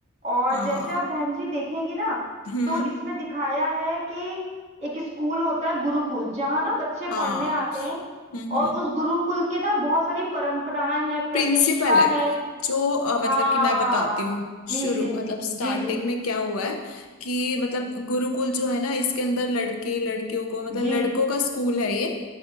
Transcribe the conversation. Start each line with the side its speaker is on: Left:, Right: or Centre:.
Right: और
Left: हाँ
Right: जैसे आप बहन जी देखेंगी ना
Left: हम्म
Right: तो इसमें दिखाया है कि एक स्कूल होता है गुरुकुल जहाँ ना बच्चे
Left: हाँ
Right: पढ़ने आते हैं
Left: हम्म
Right: और
Left: हम्म
Right: उस गुरुकुल के ना बहुत सारी परंपराएं हैं प्रतिष्ठा
Left: प्रिंसिपल है
Right: है
Left: जो अ, मतलब
Right: हाँ
Left: कि मैं बताती हूँ
Right: जी
Left: शुरू
Right: जी जी
Left: मतलब स्टार्टिंग
Right: जी जी
Left: में क्या हुआ है कि मतलब गुरुकुल जो है ना इसके अंदर लड़के लड़कियों को मतलब
Right: जी
Left: लड़कों का स्कूल है ये